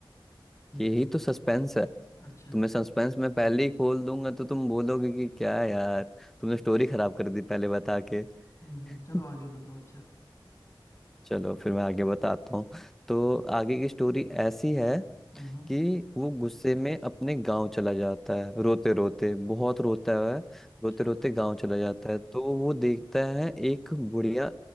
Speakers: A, in the centre; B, on the left.
A: यही तो सस्पेंस है
B: अच्छा अच्छा
A: तुम्हें सस्पेंस मैं पहले ही खोल दूंगा तो तुम बोलोगे कि क्या यार तुमने
B: अच्छा
A: स्टोरी खराब कर दी पहले बता के
B: हम्म हम्म चलो
A: <laughs>
B: आगे बताओ अच्छा
A: चलो फिर मैं आगे बताता हूँ तो आगे की स्टोरी ऐसी है
B: हम्म हम्म
A: कि वो गुस्से में अपने गांव चला जाता है रोते रोते बहुत रोता है
B: अच्छा
A: रोते रोते गांव चला जाता है तो वो देखता है एक बुढ़िया